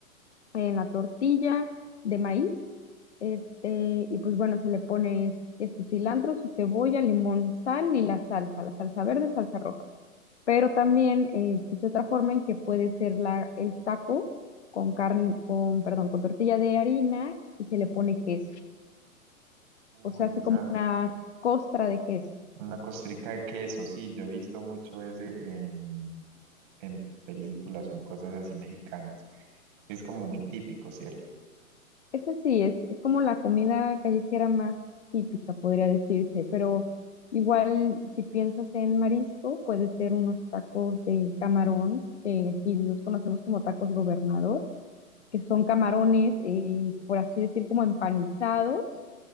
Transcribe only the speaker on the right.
Uy,
esa,
una costrica de queso, sí, yo he visto mucho ese en, en películas o en cosas así mexicanas. Es como muy típico, ¿cierto?